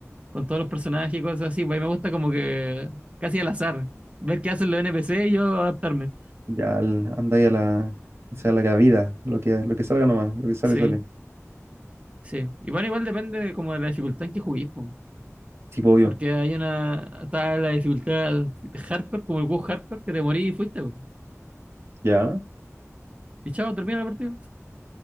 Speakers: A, on the right; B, on the right.
A: con todos los personajes y cosas así. Pues a mí me gusta como que casi al azar, ver qué hacen los NPC y yo adaptarme.
B: Ya al- andáis a la. O sea, a la cabida, lo que, lo que salga nomás, lo que sale,
A: Sí,
B: sale.
A: sí. Y bueno, igual depende como de la dificultad en que juguís, po.
B: Sí, pues, obvio.
A: Porque hay una, está la dificultad hardcore, como el WoW hardcore, que te morís y fuiste, po.
B: Ya.
A: Y chao, termina la partida.